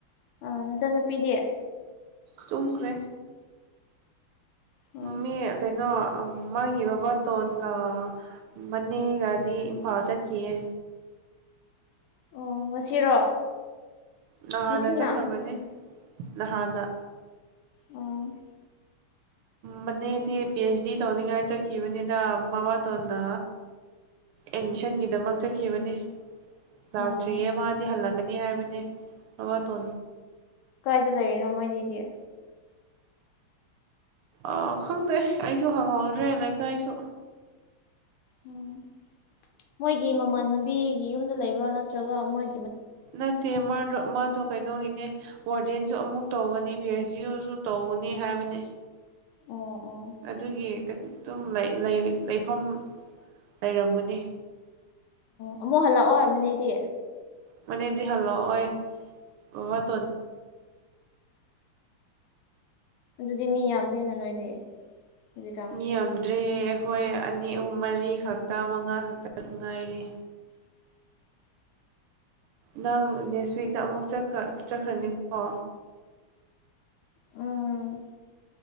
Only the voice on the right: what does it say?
ꯆꯨꯝꯈ꯭ꯔꯦ
ꯃꯤ ꯀꯩꯅꯣ ꯃꯥꯒꯤ ꯕꯕꯥꯇꯣꯟꯒ ꯃꯅꯦꯒꯗꯤ ꯏꯝꯐꯥꯜ ꯆꯠ ꯌꯦ
ꯅꯍꯥꯟꯅ
ꯆꯠꯈ꯭ꯔꯕꯅꯦ ꯅꯍꯥꯟꯗ
ꯃꯅꯦꯗꯤ ꯄꯤ ꯑꯩꯆ ꯗꯤ ꯇꯧꯅꯤꯡꯉꯥꯏ ꯆꯠꯈꯤꯕꯅꯤꯗ ꯃꯕꯥꯇꯣꯟꯅ ꯑꯦꯠꯃꯤꯁꯟꯒꯤꯗꯃꯛ ꯆꯠꯈꯤꯕꯅꯦ ꯂꯥꯛꯇ꯭ꯔꯤꯌꯦ
ꯃꯥꯗꯤ ꯍꯜꯂꯛꯀꯅꯤ ꯍꯥꯏꯕꯅꯦ ꯑꯕ ꯇꯣ
ꯑ ꯈꯪꯗꯦ ꯑꯩꯁꯨ ꯍꯪꯍꯧꯗ꯭ꯔꯦ ꯂꯩꯀꯥꯏꯁꯨ
ꯅꯠꯇꯦ ꯃꯥ꯭ꯔꯣ ꯃꯥꯗ ꯀꯩꯅꯣꯒꯤꯅꯦ ꯋꯥꯔꯗꯦꯟꯁꯨ ꯑꯃꯨꯛ ꯇꯧꯒꯅꯤ ꯚꯤ ꯑꯩꯁ ꯖꯤꯁꯨ ꯇꯧꯒꯅꯤ ꯍꯥꯏꯕꯅꯤ
ꯑꯗꯨꯒꯤ ꯑꯗꯨꯝ ꯂꯩꯐꯝ ꯂꯩꯔꯝꯒꯅꯤ
ꯃꯅꯤꯗꯤ ꯍꯜꯂ ꯑꯣꯏꯕꯥ
ꯃꯤ ꯌꯥꯝꯗ ꯇ꯭ꯔꯦ ꯍꯣꯏ ꯑꯅꯤ ꯑꯍꯨꯝ ꯃꯔꯤ ꯈꯛꯇ ꯃꯉꯥ ꯈꯛꯇ ꯉꯥꯏꯔꯦ
ꯅꯪ ꯅꯦꯛꯁ ꯋꯤꯛꯇ ꯑꯃꯨꯛ ꯆꯠꯈ꯭ꯔꯅꯤꯀꯣ